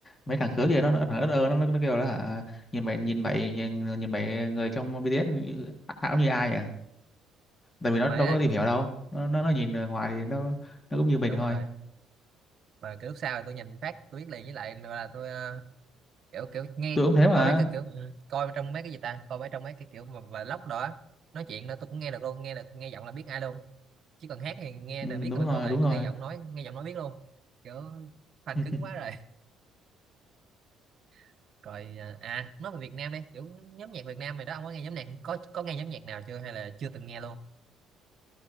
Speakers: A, on the left; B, on the right.
A: mấy thằng khứa kia nó nó thằng ớt ơ, nó nó, nó kêu đó hả nhìn bảy nhìn bảy nhìn, nhìn bảy người trong BTS như- ảo như ai nhỉ? Tại vì nó
B: mà ấy
A: đâu có tìm hiểu
B: là
A: đâu. Nó nó
B: ừ,
A: nó nhìn ở ngoài thì nó nó cũng như mình
B: đúng
A: thôi.
B: rồi mà cái lúc sau thì tôi nhìn phát tôi biết liền với lại là tôi ờ, kiểu kiểu nghe
A: Tôi cũng thế mà.
B: coi mấy cái kiểu ừ, coi trong mấy cái gì ta coi mấy trong mấy cái kiểu mà vlog đó á, nói chuyện đó tôi cũng nghe được luôn nghe được nghe giọng là biết ai luôn chứ còn hát thì nghe
A: Ừ,
B: là biết
A: đúng
B: là bình
A: rồi,
B: thường rồi
A: đúng
B: còn
A: rồi.
B: nghe giọng nói nghe giọng nói biết luôn kiểu fan
A: Ừ.
B: cứng quá rồi <laughs> rồi à à, nói về Việt Nam đi kiểu nhóm nhạc Việt Nam mày đó ông có nghe nhóm nhạc có có nghe nhóm nhạc nào chưa hay là chưa từng nghe luôn